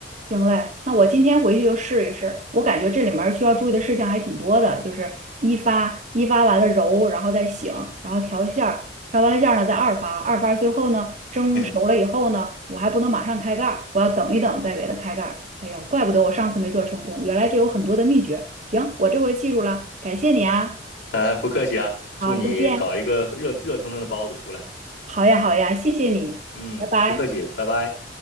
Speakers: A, on the right; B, on the left.
A: 行嘞，那我今天回去就试一试。我感觉这里面儿需要注意的事项还挺多的，就是一发，一发完了揉，然后再醒，然后调馅儿，调完了馅儿呢再二发，二发最后呢蒸熟了以后呢，
B: <laughs>
A: 我还不能马上开盖儿我要等一等再给它开盖儿哎呦，怪不得我上次没做成功，原来这有很多的秘诀。行，我这回记住了，感谢你啊。
B: 啊不客气啊，
A: 好，
B: 祝你搞一个热热腾腾的包子出来，
A: 再见。好呀，好呀，谢谢你，
B: 嗯，
A: 拜拜。
B: 不客气，拜拜。